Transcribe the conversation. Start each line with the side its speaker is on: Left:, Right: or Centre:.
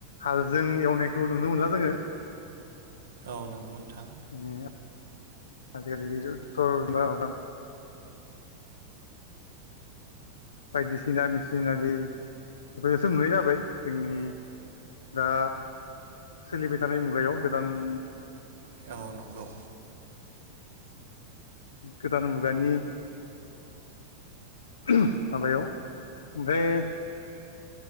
Left: हालजों एवनायखौ नुनो मोनला जोङो।
Right: औ नंगौ नोंथां
Left: <unintelligible> बायदिसिना मेचिनारि बेफोरजोंसो नुनाय जाबाय जोंनि दा सोलिबाय थानाय मुगायाव गोदान
Right: औ नंगौ
Left: गोदान मुगानि माबायाव ओमफ्राय